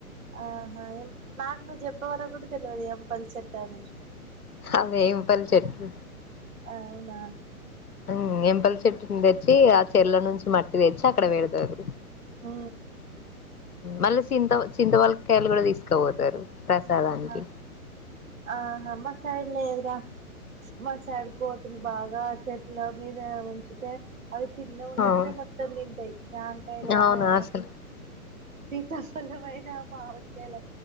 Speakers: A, on the right; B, on the left.
A: ఆ ఆ ఏం నాకు నువు జెప్ ఇప్పవరకు కూడా తెల్వది ఎంపల్ చెట్టు అని
B: అదే ఎంపల్ చెట్టు
A: అవునా
B: ఉ ఎంపలి చెట్టుని తెచ్చి ఆ చెర్ల నుంచి మట్టి తెచ్చి అక్కడ వేడుతరు
A: హ
B: మళ్ళీ చింత వ చింత వల్ కయలు కూడా తీసుకపోతారు ప్రసాదానికి
A: ఆ ఆహా మా సైడ్ లేదురా మా సైడ్ కోతులు బాగా చెట్ల మీదే ఉంచి తే అవి చిన్నగా ఉన్నప్పుడే
B: అవును
A: మొత్తం తింటాయి జాంకాయలాయినా
B: అవునా అసలు
A: <unintelligible> మైనా మామిడి కాయలు